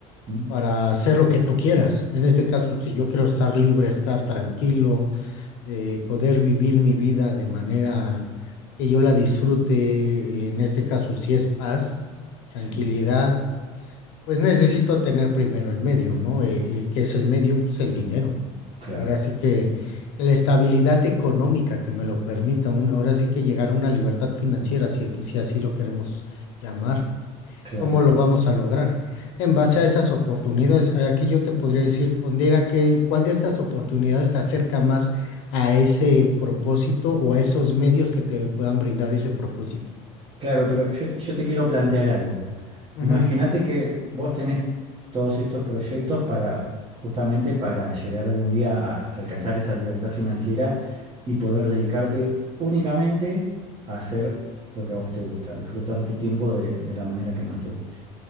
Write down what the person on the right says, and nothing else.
ujú.
Sí,
claro,
claro,
claro, pero yo, yo te quiero plantear algo.
Imagínate que vos tenés todos estos proyectos para, justamente para llegar algún día a alcanzar esa libertad financiera y poder dedicarte únicamente a hacer lo que a vos te gusta, disfrutar tu tiempo de, de la manera que más te guste.